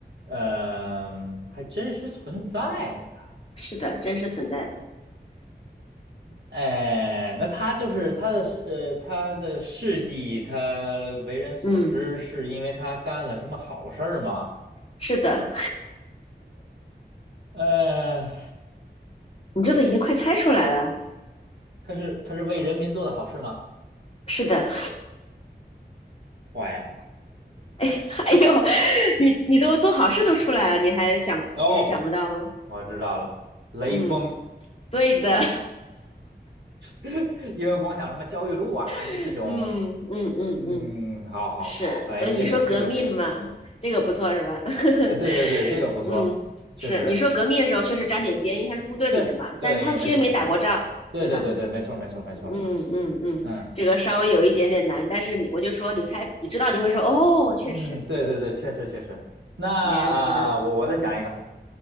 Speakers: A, on the right; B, on the left.
A: 嗯、还真实存在的。
B: 是的，真实存在的，
A: 哎，那他就是他的事呃，他的事迹，他为人所知，
B: 嗯，
A: 是因为他干了什么好事儿吗？
B: 是的，
A: 呃，
B: 你这都已经快猜出来了，
A: 他是他是为人民做的好事吗？
B: 是的，
A: 坏了，
B: <laughs> 哎呦，你你都做好事都出来了，你还想你还想不到吗？
A: 哦，我知道了，雷锋，
B: 嗯，对的，
A: <laughs> 因为光想什么焦裕禄啊，就这种，
B: <laughs> 嗯嗯嗯嗯，
A: 嗯，好好好，
B: 是，
A: 哎，
B: 所以你说革命嘛，
A: 这个这个这个
B: 这个不错是吧？
A: 啊，
B: <laughs>
A: 对对对，这个不错，
B: 嗯，
A: 确实，
B: 是你说革命的时候确实沾点边，因为他是部队里的嘛，
A: 对对对，
B: 但是他其实没打过仗，
A: 没错没错，对对对对，
B: 对吧？
A: 没错没错没错，
B: 嗯嗯嗯，
A: 嗯。
B: 这个稍微有一点点难，但是你我就说你猜，你知道你会说哦，确实
A: 嗯，对对对，确实确实。那啊、
B: 没人不知道。
A: 我我再想一个，
B: 嗯，